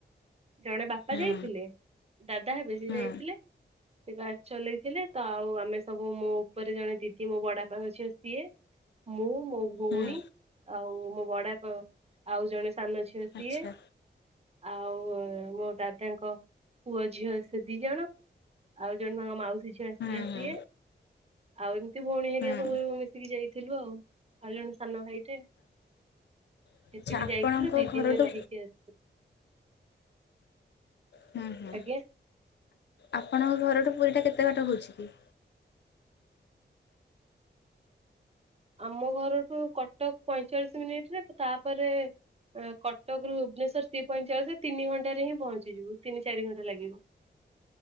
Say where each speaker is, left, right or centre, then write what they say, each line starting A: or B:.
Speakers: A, on the right; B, on the left.
A: ଜଣେ ବାପା
B: ହୁଁ
A: ଯାଇଥିଲେ ଦାଦା ହେବେ ସେ
B: ହୁଁ
A: ଯାଇଥିଲେ ସେ ଗାଡ଼ି ଚଲେଇଥିଲେ ତ ଆଉ ଆମେ ସବୁ ମୋ ଉପରେ ଜଣେ ଦିଦି ମୋ ବଡ ବାପାଙ୍କ ଝିଅ ସିଏ ମୁଁ ମୋ ଭଉଣୀ
B: ହୁଁ
A: ଆଉ ମୋ ବଡ଼ାବାପା ଆଉ ଜଣେ ସାନ ଝିଅ ସିଏ
B: ଆଚ୍ଛା
A: ଆଉ ମୋ ଦାଦାଙ୍କ ପୁଅ ଝିଅ ସେ ଦି ଜଣ ଆଉ ଜଣେ ତାଙ୍କ ମାଉସୀ ଝିଅ ଆସିଥିଲା
B: ହୁଁ
A: ସିଏ
B: ହୁଁ
A: ଆଉ ଏମିତି ଭଉଣୀ ହେରିକା
B: ହୁଁ
A: ସବୁ ମିଶିକି ଯାଇଥିଲୁ ଆଉ। ଆଉ ଜଣେ ସାନ ଭାଇଟେ।
B: ଆଚ୍ଛା
A: ଏତିକି
B: ଆପଣଙ୍କ
A: ଯାଇଥିଲୁ ଦି
B: ଘରଠୁ
A: ଦିନ ରହିକି ଆସ
B: ହୁଁ ହୁଁ
A: ଆଜ୍ଞା।
B: ଆପଣଙ୍କ ଘରଠୁ ପୁରୀଟା କେତେ ବାଟ ହେଉଛି କି?
A: ଆମ ଘରଠୁ କଟକ ପଇଁଚାଳିଶ ମିନିଟରେ ତାପରେ ଏଁ କଟକରୁୁ ଭୁବନେଶ୍ୱର ସିଏ ପଇଁଚାଳିଶରେ ତିନିଘଣ୍ଟାରେ ହିଁ ପହଞ୍ଚିଯିବୁ, ତିନି ଚାରି ଘଣ୍ଟା ଲାଗିବ।